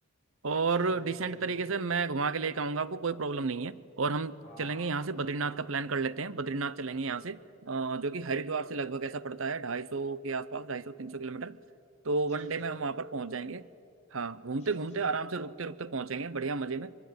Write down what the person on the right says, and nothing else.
और
डिसेंट
तरीके
से मैं घुमा के लेके आऊंगा आपको कोई प्रॉब्लम नहीं है और हम
चलेंगे यहाँ से बद्रीनाथ का प्लान कर लेते हैं बद्रीनाथ चलेंगे यहाँ से अ, जो कि हरिद्वार से लगभग ऐसा पड़ता है ढाई सौ के आसपास ढाई सौ तीन सौ किलोमीटर तो
वन
डे में हम वहाँ पर पहुँच जाएंगे हाँ घूमते
घूमते आराम से रुकते रुकते पहुँचेंगे बढ़िया मज़े में